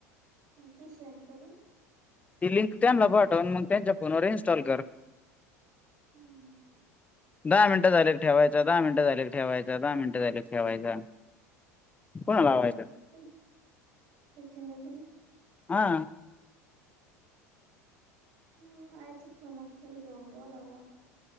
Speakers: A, on the right; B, on the left.
A: ती सेंड करू.
B: ती लिंक त्यांना पाठव आणि मग त्यांच्या फोनवर इन्स्टॉल कर.
A: हम्म.
B: दहा मिनिटं झाले ठेवायचा, दहा मिनटं झाले ठेवायचा, दहा मिनटं झाले ठेवायचा पून्हा लावाय
A: <unintelligible> तिनडा तिनंद.
B: हा.
A: हम्म आईच्या <unintelligible> घेऊन बलावला